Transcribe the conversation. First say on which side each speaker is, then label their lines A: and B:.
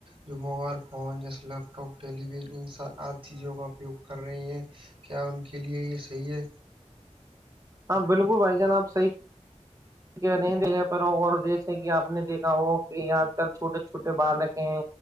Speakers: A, on the right; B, on the right.
A: جو موبائل فون جیسے لیپ ٹاپ ٹیلی ویژن ان سب آد چیزوں کا اپیوگ کر رہے ہیں کیا ان کے لیے یہ صحیح ہے
B: ہاں بالکل بھائی جان آ صحیح نہیں دنے پرا اور دیش ہیں کہ آپ نے دیکھا ہو کہ آج کل چھوٹے چھوٹے بالک ہیں